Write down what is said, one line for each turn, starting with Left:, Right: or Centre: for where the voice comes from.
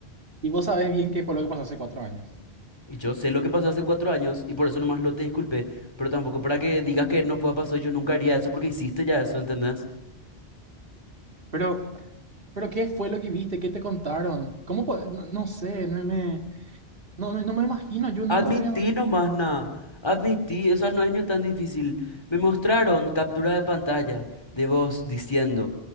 Right: Y vos sabés bien qué fue lo que pasó hace cuatro años.
Left: Y yo sé lo que pasó hace cuatro años y por eso nomás lo te disculpé, pero tampoco para que digas que no pueda pasar, yo nunca haría eso porque hiciste ya eso, ¿entendés?
Right: Pero, pero ¿qué fue lo que viste? ¿Qué te contaron? ¿Cómo? po- No, no sé, no me... No, me- no me imagino, yo nunca
Left: Admití
Right: lo haría mal.
Left: nomás nada, admití, o sea, no es ni tan difícil. Me mostraron capturas de pantalla de vos diciendo,